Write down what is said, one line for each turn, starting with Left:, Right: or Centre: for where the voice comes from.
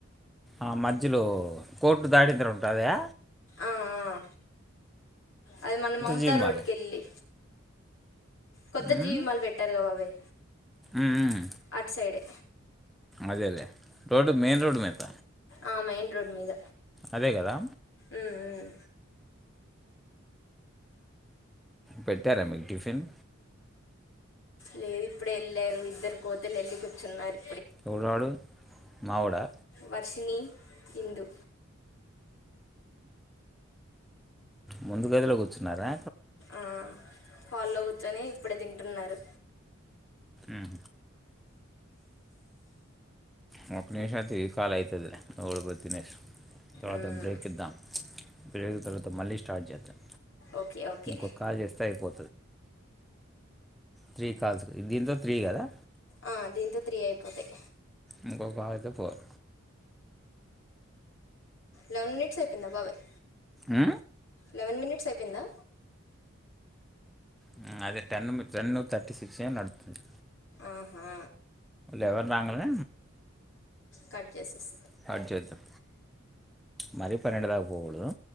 Centre: ఆ మధ్యలో కోర్టు దాడింద్ర ఉంటాదా?
Left: ఆ, ఆ. అది మన మమ్త
Centre: జీవిమాల
Left: రోడ్కెల్లి కొత్త
Centre: ఉమ్
Left: జీవి మాల్ పెట్టేరుగా బాబాయ్
Centre: ఉమ్ ఉమ్
Left: అట్సైడె
Centre: అదేలే రోడ్డు మెయిన్ రోడ్ మీద
Left: ఆ మెయిన్ రోడ్ మీద
Centre: అదే గదా?
Left: ఊంఊం
Centre: పెట్టేరా మీకు టిఫీన్?
Left: లేరు, ఇప్పుడే ఎల్లేరు ఇద్దరు కోతులెల్లి కుచ్చున్నారు.
Centre: ఎవడాడు. మావోడా
Left: వర్షిణీ, ఇందు.
Centre: ముందుగదిలో కూచున్నారా?
Left: ఆ హాల్లో కు చొనీ ఇప్పుడే తింటున్నారు.
Centre: ఉమ్ మాకు నివిషానికీ కాల్ అయితదిలే. <unintelligible> తర్వాత
Left: ఉమ్,
Centre: బ్రేక్ ఇద్దాం. <unintelligible> తర్వాత మల్లీ స్టార్ట్ చేద్దాం.
Left: ఓకే ఓకే
Centre: ఇంకో కాల్ చేస్తే అయిపో త్రీ కాల్స్ దీంతో త్రీ గదా.
Left: ఆ దీంతో త్రీ అయిపోతాయి.
Centre: ఇంకో ఫా అయితే ఫోర్.
Left: లెవెన్ మినిట్స్ అయిపేందా బాబయ్?
Centre: ఆ
Left: లెవెన్ మినిట్స్ అయిపెందా?
Centre: మ్ అదే టెన్ మి టెన్ను థర్టీ సిక్సే నడుత్తది.
Left: ఆహా
Centre: ఎవరు రాంగనే
Left: కట్ జేసెస్
Centre: కట్ జేద్దాం మరీ పన్నెండుదాక పోగూడదా?